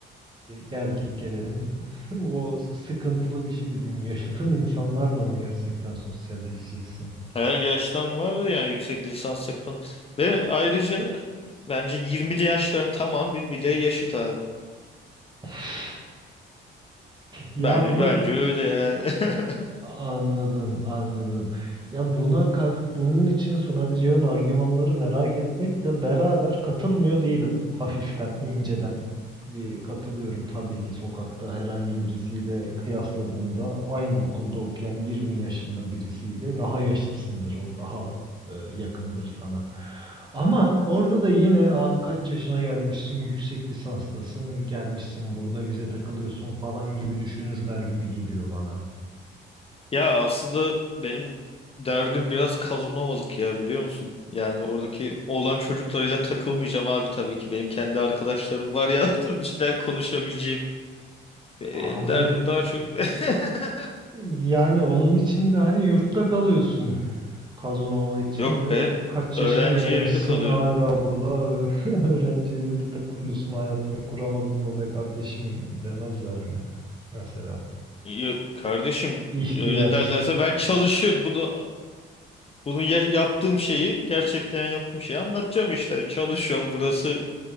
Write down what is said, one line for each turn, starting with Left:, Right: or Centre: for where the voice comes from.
Right: geldik gelelim <laughs> o sıkıntılı bir şey dedin yaşıtın insanlarla mı gerçekten sosyalleşeceksin?
Left: <laughs> her yaştan vardı yani yüksek lisans yapan ve ayrıca bence 20'li yaşların tamam bir bile yaşıt abi.
Right: <laughs> Ya
Left: Ben,
Right: bunu
Left: bence öyle ya. <laughs>
Right: Anladım, anladım. Ya buna kar- bunun için sunabileceğin argümanları merak etmekle beraber katılmıyor değilim. Hafiften, inceden bir katılıyorum tabii ki sokakta herhangi birisiyle kıyasladığında aynı okulda okuyan 20 yaşında birisiyle daha yaşıtsındır o, daha e, yakındır sana. Ama orada da yine abi kaç yaşına gelmişsin, yüksek lisanstasın, gelmişsin burada bize takılıyorsun falan gibi düşünürler gibi geliyor bana.
Left: Ya aslında benim derdim biraz Kazanovalık ya biliyor musun? Yani oradaki oğlan çocuklarıyla takılmayacağım abi tabii ki. Benim kendi arkadaşlarım var ya <laughs> dur bir şeyler konuşabileceğim. Benim
Right: Abi
Left: derdim daha çok. <laughs>
Right: yani onun için de hani yurtta kalıyorsun. Kazanova için
Left: Yok
Right: de
Left: be.
Right: kaç
Left: Öğrenci
Right: yaşına gelmişsin
Left: evinde kalıyorum.
Right: hala burada <laughs> öğrenci evinde takılıyorsun hayatını kuramadın mı be kardeşim demezler mi mesela
Left: Ya- Kardeşim
Right: ihtiyar
Left: öyle derlerse ben çalışıyorum. bu da bunu ya- yaptığım şeyi gerçekten yaptığım şeyi anlatacağım işte. Çalışıyorum. Burası